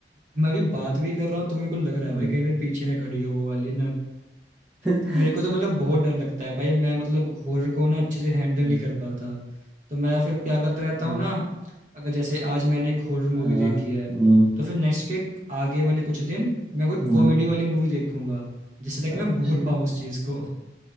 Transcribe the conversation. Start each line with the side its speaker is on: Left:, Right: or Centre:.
Right: मैं अभी बात भी कर रहा हूँ तो मेरे को लग रहा है
Centre: हम्म।
Right: भाई कहीं मेरे पीछे ना खड़ी हो वो वाली
Centre: <laughs>
Right: तो मेरे को तो मतलब बहुत डर लगता है भाई मैं मतलब हॉरर को ना अच्छे से हैंडल
Centre: हम्म,
Right: नहीं कर पाता तो मैं फिर क्या करता रहता
Centre: हम्म,
Right: हूँ ना अगर जैसे आज मैंने एक हॉरर
Centre: अ,
Right: मूवी देखी है
Centre: हम्म,
Right: तो फिर नेक्स्ट के आगे वाले कुछ दिन मैं कोई
Centre: हम्म,
Right: कॉमेडी वाली मूवी देखूंगा जिससे तक मैं
Centre: अच्छा
Right: भूल पाऊँ उस चीज को